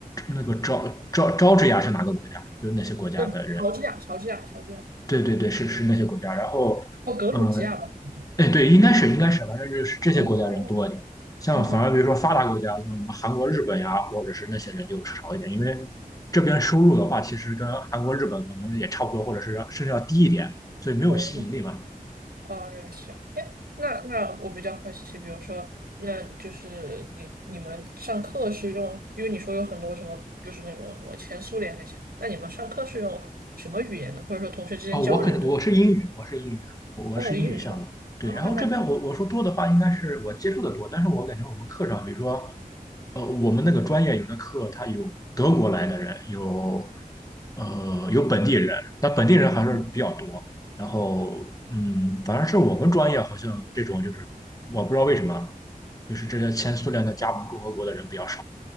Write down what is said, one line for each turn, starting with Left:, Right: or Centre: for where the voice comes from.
Left: 那个乔乔乔治亚是哪个国家？就是那些国家的人，
Right: 呃，乔治亚，乔治亚，乔治亚，
Left: 对对对，是是那些国家。然后
Right: 哦，格鲁吉亚吧，
Left: 呃
Right: 好像
Left: 哎，对，应该是应该是，反正就是这些国家人多一点。
Right: 哦，
Left: 像反而比如说发达国家，
Right: 嗯哼。
Left: 像什么韩国、日本呀，或者是那些人就少一点，因为这边收入的话，其实跟韩国、日本可能也差不多，或者是要甚至要低一点，所以没有吸引力嘛。
Right: 哦，哦，认识啊。哎，那那我比较好奇，比如说，那就是你你们上课是用，因为你说有很多什么，就是那种什么前苏联那些，那你们上课是用什么语言呢？或者说同学之间交流都
Left: 哦，我肯我是英语，我是英语，我我是英语项目。
Right: 哦，英语说啊，
Left: 对，然后这边我我说多的话，
Right: 那挺，
Left: 应该是我接触的多，但是我感觉我们课上，比如说呃，我们那个专业有的课，它有德国来的人，有呃有本地人，但本地人还是比较多。
Right: 嗯，
Left: 然后，嗯，反正是我们专业好像这种就是，我不知道为什么，就是这些前苏联的加盟共和国的人比较少。